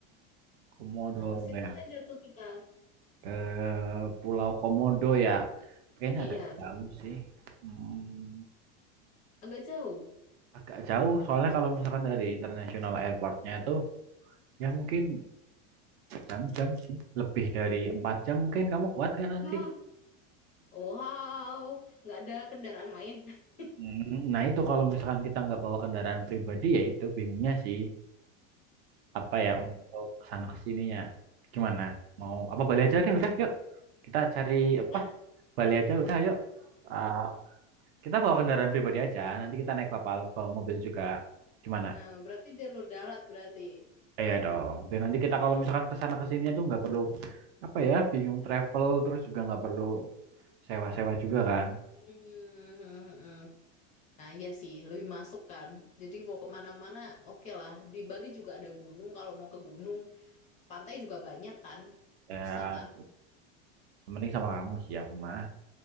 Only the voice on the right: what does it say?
Komodo
ya.
Ke Pulau Komodo ya. Kayaknya
agak jauh
sih. Hmm,
agak jauh soalnya kalau misalkan dari International Airportnya itu ya mungkin jam-jam sih. Lebih dari empat jam mungkin kamu kuat kan nanti?
Hmm, Nah itu kalau misalkan kita nggak bawa kendaraan pribadi ya itu bingungnya sih. Apa ya untuk kesana
kesininya. Gimana? Mau apa
Bali aja deh udah yuk. Kita cari
apa? Bali aja udah yuk. Ah, Kita bawa kendaraan pribadi aja, nanti kita naik kapal, bawa mobil juga. Gimana?
Iya dong. Dan nanti kita kalau misalkan ke sana ke sininya tuh nggak perlu apa ya, bingung travel terus juga nggak perlu sewa-sewa juga kan.
Ya,
mending sama kamu sih aku mah.